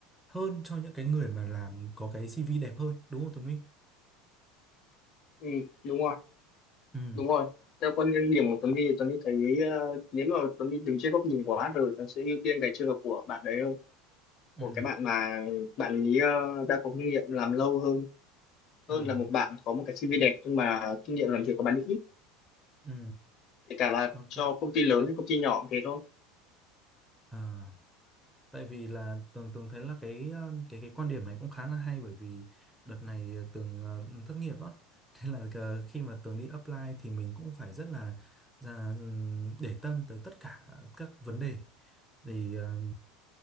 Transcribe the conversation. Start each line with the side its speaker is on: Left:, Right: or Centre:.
Centre: hơn cho những cái người mà làm có cái CV đẹp hơn đúng không Tuấn Huy?
Left: ừ, đúng rồi
Centre: Ừ,
Left: đúng rồi theo quan điểm của Tuấn thì Tuấn đi thấy ờ, nếu mà Tuấn đi đứng trên góc nhìn của HR Tuấn sẽ ưu tiên cái trường hợp của bạn đấy hơn của
Centre: ừ,
Left: cái bạn mà bạn ấy ờ, đã có kinh nghiệm làm lâu hơn hơn
Centre: à,
Left: là một bạn có một cái CV đẹp nhưng mà kinh nghiệm làm việc của bạn ấy ít
Centre: ừ,
Left: kể cả là
Centre: ok,
Left: cho công ty lớn hay công ty nhỏ cũng thế thôi
Centre: à. tại vì là tường tường thấy là cái ờ, cái cái quan điểm này cũng khá là hay bởi vì đợt này thì tường ờ, thất nghiệp á <laughs> thế là ờ, khi mà tường đi apply thì mình cũng phải rất là là, để tâm tới tất cả các vấn đề thì ờ,